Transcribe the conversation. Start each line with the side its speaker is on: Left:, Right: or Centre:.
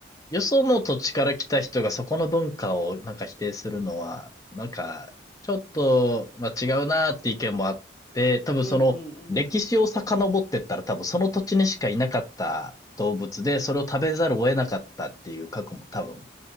Left: よその土地から来た人がそこの文化をなんか否定するのは、なんか、ちょっと、まあ、違うなーって意見もあって、多分その歴史を遡ってったら多分その土地にしかいなかった動物で、
Centre: うん、うん、うん。
Left: それを食べざるを得なかったっていう過去も多分